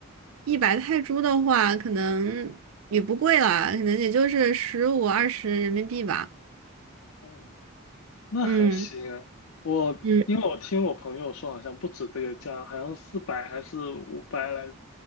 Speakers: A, on the right; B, on the left.
A: 一百泰铢的话，可能也不贵啦，可能也就是十五二十人民币吧。
B: 哦，那还行啊。
A: 嗯
B: 我因为我听我朋友说，
A: 嗯，
B: 好像不止这个价，好像四百还是五百来着，